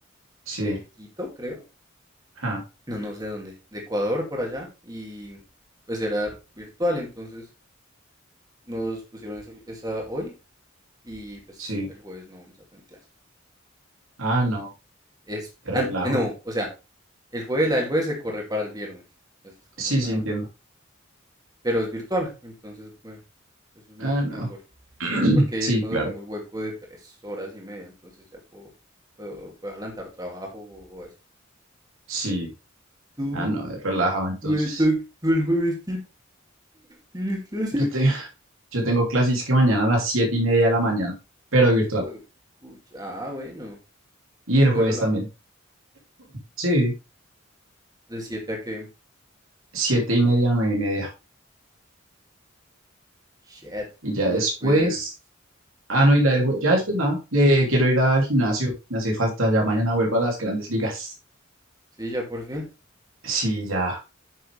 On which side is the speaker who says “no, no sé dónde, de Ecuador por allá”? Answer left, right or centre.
Right